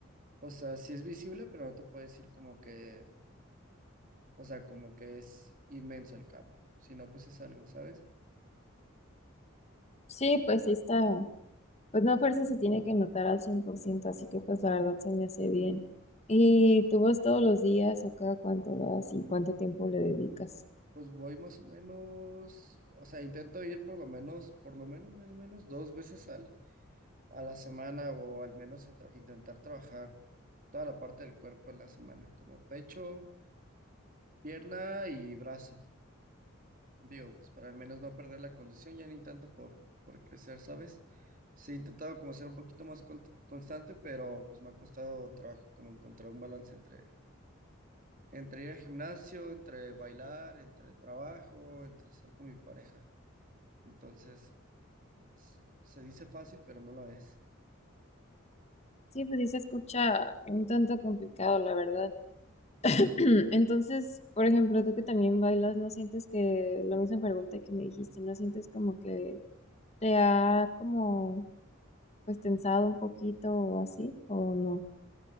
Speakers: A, on the right (about 40°); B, on the left (about 30°).
A: o sea, sí es visible, pero no te puedo decir como que O sea, como que es inmenso el cambio. Si no, pues es algo, ¿sabes?
B: Sí, pues sí está, pues no a fuerza se tiene que notar al 100%, así que pues la verdad se me hace bien. ¿Y
A: Sí,
B: tú vas todos los días o cada cuánto vas y cuánto tiempo le dedicas?
A: Pues voy más o menos, o sea, intento ir por lo menos, por lo menos, menos, menos dos veces al, a la semana o al menos a tra- intentar trabajar toda la parte del cuerpo en la semana, como pecho, pierna y brazo. Digo, pues para al menos no perder la condición, ya ni tanto por, por crecer, ¿sabes? Sí, he intentado como ser un poquito más con- constante, pero pues me ha costado trabajo como encontrar un balance entre entre ir al gimnasio, entre bailar, entre el trabajo, entre ser con mi pareja. Entonces, s- se dice fácil, pero no lo es.
B: Sí, pues sí se escucha un tanto complicado, la verdad. <clears throat> Entonces, por ejemplo, tú que también bailas, ¿no sientes que la misma pregunta que me dijiste, ¿no sientes como que te ha como pues tensado un poquito o así o no?